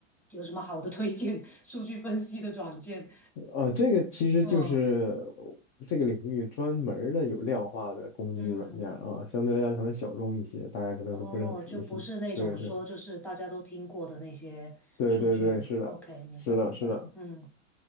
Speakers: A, in the centre; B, on the left (about 35°).
A: 有什么好的推荐 <laughs> 数据分析的软件？
B: 呃，这个其实就是
A: 嗯
B: 这个领域专门儿的有量化的工具软件啊，
A: 嗯，
B: 相对来讲可能小众一些，大家可能都不是很熟悉，
A: 哦，就不是那种说就是大家都听过的那些数据。
B: 对对对对对，是的，
A: OK，明白明白，
B: 是的，是的，
A: 嗯。